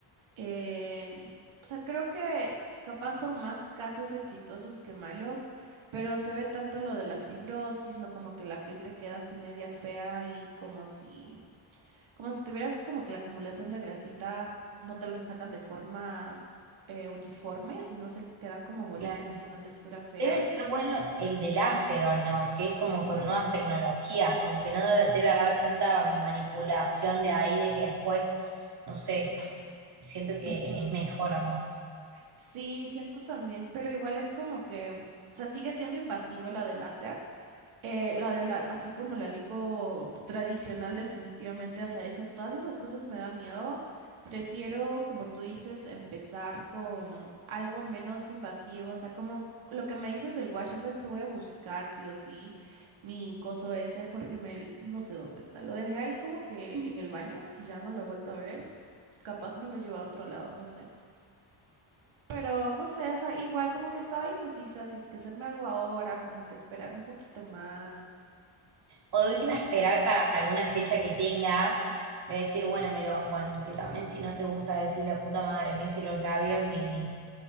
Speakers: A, on the right; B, on the right.
A: Eh, o sea, creo que capaz son más casos exitosos que malos, pero se ve tanto lo de la fibrosis, ¿no? Como que la piel te queda así media fea y como si, como si tuvieras como que la acumulación de grasita no te la sacan de forma eh, uniforme, sino se quedan como bolitas
B: Claro.
A: y una textura fea.
B: Debe estar bueno el de láser o no, que es como con
A: Ujú,
B: nuevas tecnologías, como que no de- debe haber tanta manipulación de ahí de que después, no sé, siento que
A: ujú.
B: es mejor o no.
A: Sí, siento también, pero igual es como que, o sea, sigue siendo invasivo la del láser Eh, la de la, así como la lipo tradicional, definitivamente, o sea, esos, todas esas cosas me da miedo. Prefiero, como tú dices, empezar con algo menos invasivo, o sea, como lo que me dices del wash, ya sabes que voy a buscar sí o sí mi coso ese porque me, no sé dónde está. Lo dejé ahí como que
B: Mm.
A: en el baño y ya no lo he vuelto a ver. Capaz me lo he llevado a otro lado, no sé. Pero no sé, o sea, igual como que estaba indecisa si es que hacerme algo ahora, como que esperar un poquito más.
B: O de última esperar para alguna fecha que tengas, de decir, bueno, me lo, bueno, que también si no te gusta decir la puta madre, me hice los labios y